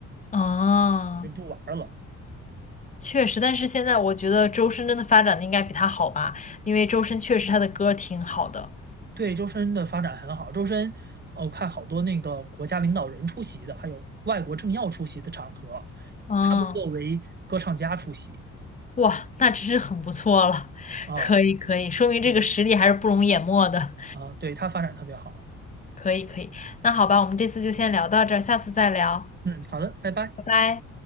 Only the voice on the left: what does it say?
嗯，
确实，但是现在我觉得周深真的发展的应该比他好吧，因为周深确实他的歌挺好的。
嗯。
哇，那真是很不错了，
可以可以，说明这个实力还是不容淹没的，
可以可以，那好吧，我们这次就先聊到这儿，下次再聊，
拜拜。